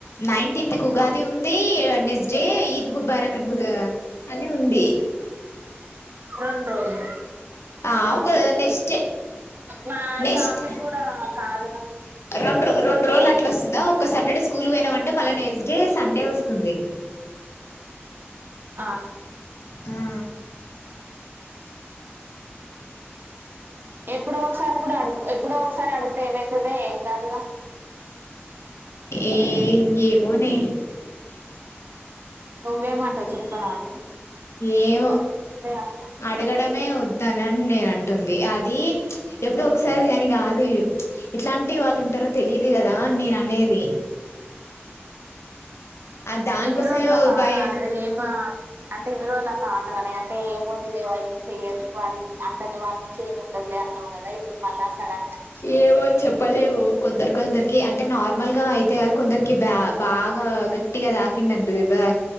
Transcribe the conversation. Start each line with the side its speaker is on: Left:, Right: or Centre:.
Left: నైన్టీన్త్ి ఉగాది ఉందిస్ జే ఈద్ ముబారక్ అన్ ము అని ఉంది
Right: రెం రోజు
Left: ఆ ఒక నెక్స్ట్
Right: మా
Left: నెక్స్ట్
Right: షాపింగ్ కూడా కాదుగా
Left: రెం రెండు రోజులు అట్లా వస్తుందా ఒక సాటర్డే స్కూల్ పోయినా అంటే మళ్ళ నెక్స్ట్ డే సండే వస్తుంది
Right: ఆ
Left: ఆ
Right: ఎప్పుడో ఒకసారి కూడా అడుగు ఎప్పుడో ఒక సార్ అడుగుతే ఏమ అవుతుదదిేం గ అదుగా
Left: ఏ ఏమోని
Right: నువ్వే మాంటవ్ చత్ప్పరా అ
Left: ఏం
Right: అమ్మా
Left: అడగడమే వద్దు తనని నేన అంటుంది అది ఎప్పుడు ఒకసారి కాని కాదు ఎట్లాంటి వాళ్ళు ఉంటారో తెలిదు కదా నేన అనేది ఆ దానికోసమే
Right: ఇది రోజులు తోట
Left: భయ
Right: రాలేదుా ఏం అంటే ఇన్ని రజులత అ అనే అంటే ఏముంది లేవ అవి చెయ్యాలి వాళ అంత వాళ నుంచి ఏముండాలద అన్నావు కదా ఇప్పుడు మళ్ళా సడన్ గా అనేసి
Left: ఏవో చెప్పలే ఏవో కొందరు కొందరికి అంటే నార్మల్ గా అయితే కొందరికి బా బాగా గట్టిగా తాకింద దెబ్బ తా